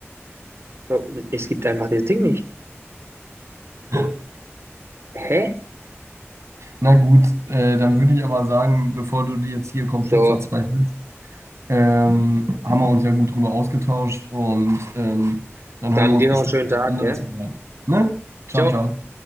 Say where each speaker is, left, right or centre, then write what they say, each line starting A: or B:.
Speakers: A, on the right; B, on the right.
A: Bro, es gibt einfach das Ding nicht.
B: <laughs>
A: Hä?
B: Na gut, äh, dann würde ich aber sagen, bevor du jetzt hier komplett
A: So,
B: verzweifelst, ähm, haben wir uns ja gut drüber ausgetauscht und ähm, dann
A: dann
B: hören wir uns
A: dir
B: bestimmt
A: noch einen schönen
B: was
A: Tag,
B: anderes
A: gell?
B: Mal. Ne? Ciao,
A: Ciao.
B: ciao.